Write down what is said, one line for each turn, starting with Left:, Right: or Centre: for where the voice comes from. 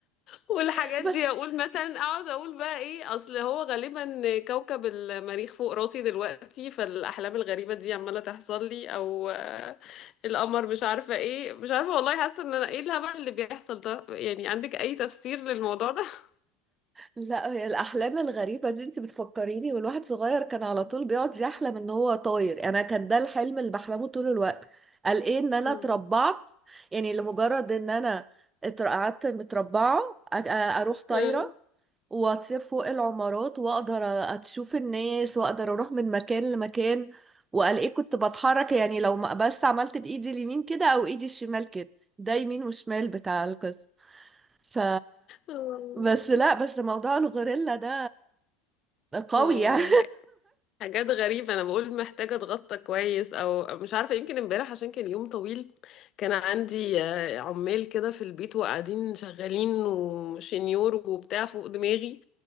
Left: والحاجات
Right: <laughs> بس
Left: دي اقول مثلا اقعد اقول بقى ايه اصل هو غالبا كوكب المريخ فوق راسي دلوقتي فالاحلام الغريبه دي عماله تحصل لي او آه، القمر مش عارفه ايه مش عارفه والله حاسه ان انا ايه الهبل اللي بيحصل ده يعني عندك اي تفسير للموضوع ده <laughs>
Right: لا هي الأحلام الغريبة دي انت بتفكريني والواحد صغير كان على طول بيقعد يحلم ان هو طاير انا كان ده الحلم اللي بحلمه طول الوقت قال ايه ان انا
Left: مم.
Right: اتربعت يعني لمجرد ان انا اتر- قعدت متربعة أ- أ- اروح طايرة
Left: <laughs>
Right: واطير فوق العمارات واقدر اشوف الناس واقدر اروح من مكان لمكان والاقيه كنت بتحرك يعني لو ما بس عملت بايدي اليمين كده او ايدي الشمال كده ده يمين وشمال بتاع القصة ف
Left: آه.
Right: بس لا بس موضوع الغوريلا ده قوي
Left: آه
Right: يعني
Left: والله حاجات غريبة أنا بقول محتاجة أتغطى كويس أو مش عارفة يمكن امبارح عشان كان يوم طويل كان عندي آه، عمال كده في البيت وقاعدين شغالين وشنيور وبتاع فوق دماغي